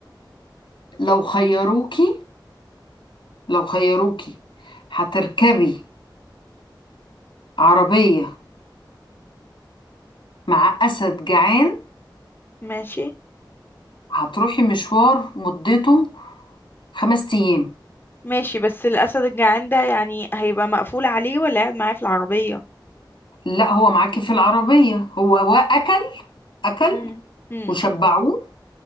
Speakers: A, on the left; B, on the left.
A: لو خيروكي لو خيروكي هتركبي عربية مع أسد جعان
B: ماشي
A: هتروحي مشوار مدته خمس أيام
B: ماشي بس الاسد الجعان ده يعني هيبقى مقفول عليه ولا قاعد معاه في العربية
A: لا هو معاكي في العربية هو وأكل أكل
B: مم. مم.
A: وشبعوه